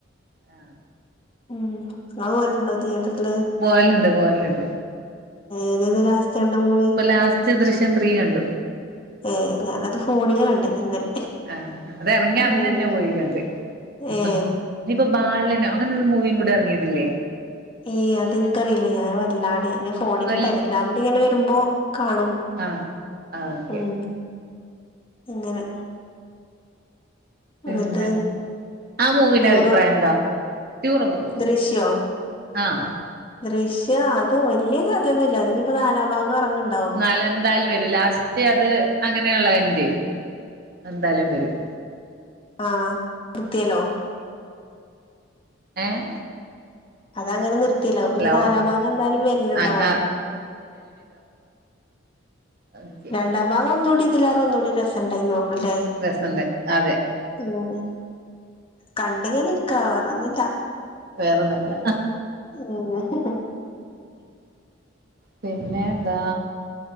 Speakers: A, on the right; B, on the left.
A: ആഹ്
B: ഉം അത് പോലുണ്ടോ തിയേറ്ററില്
A: പോവലുണ്ട് പോവലുണ്ട്
B: ഏതേന്ന് ലാസ്റ്റ് കണ്ട മൂവി
A: ഇപ്പൊ ലാസ്റ്റ് ദൃശ്യം ത്രീ കണ്ടു
B: ഏഹ് ഞാനത് ഫോണിൽ കണ്ട ഇന്നലെ
A: ആഹ് അത ഇറങ്ങി
B: ഉം
A: അന്നന്നെ പോയി കണ്ട്
B: ഏ
A: ഇനിയിപ്പോ ബാലനോ അങ്ങനെൊരു മൂവിയും കൂടി ഇറങ്ങിയിട്ടില്ലേ
B: ഏയ് അത എനിക്കറിയില്ല ഞാൻ വല്ലാതണ്ട് ഞെ ഫോണില്
A: മല്
B: ടെലഗ്രാമില് ഇങ്ങനെ വരുമ്പോ കാണും
A: ആഹ് ആഹ് ഓക്കെ
B: ഉം അങ്ങനെ
A: പിന്നെ
B: എന്നിട്ട്
A: ആ മൂവിന്റെ
B: ടൂറ
A: അഭിപ്രായം എന്താ ടൂറൊക്കെ പോവും
B: ദൃശ്യ
A: ആഹ്
B: ദൃശ്യം അത് വലിയ കഥയൊന്നുല്ല അങ്ങിപ്പോ നാലാ ഭാഗം ഇറങ്ങണ്ട്
A: എന്നാല എന്തായാലും വരും ലാസ്റ്റ് അത് അങ്ങനെയള്ള എന്റ് എന്തായാലും വരും
B: ആഹ് വൃത്തിയല്ലോ
A: ഏഹ്
B: അതങ്ങനെ നിർത്തിയല്ലോ അപ്പൊന്നി
A: ഹലോ
B: നാലാ ഭാഗന്തായാലും വര്ന്ണ്ടാവും
A: ആഹ് ഒക്കെ
B: രണ്ടാ ഭാഗൊന്നൂടിം തിലേറെന്നൂടി റെസണ്ടായിനി തോന്നല്ലേ
A: രസണ്ട് അതെ
B: ആഹ് കണ്ടിങ്ങനെ ഇര് ക്ക വേറൊന്നുല്ല.
A: വേറൊന്നുല്ല
B: ആഹ്
A: പിന്നെന്താ